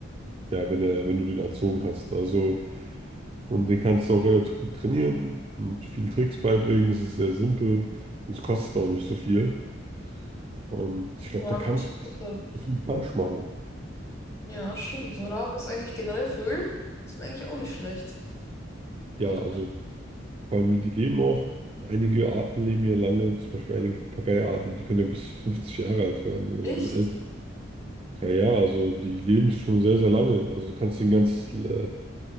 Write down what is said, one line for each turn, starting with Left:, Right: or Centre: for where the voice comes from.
Right: ja, wenn er, wenn du den erzogen hast. Also, und den kannst du auch relativ gut trainieren und viel Tricks beibringen. Es ist sehr simpel und es kostet auch nicht so viel. Und ich glaube,
Left: Ja,
Right: da kannst
Left: du bist
Right: du nicht
Left: Mutter.
Right: so viel falsch machen.
Left: Ja, stimmt. So ein Rabe ist eigentlich generell Vögel, sind eigentlich auch nicht schlecht.
Right: Ja,
Left: So,
Right: also. Vor allem, die leben auch, einige Arten leben ja lange, zum Beispiel einige Papageiarten, die können ja bis 50 Jahre alt werden oder
Left: echt?
Right: älter. Ja, ja, also die leben schon sehr, sehr lange. Also du kannst ein ganzes äh,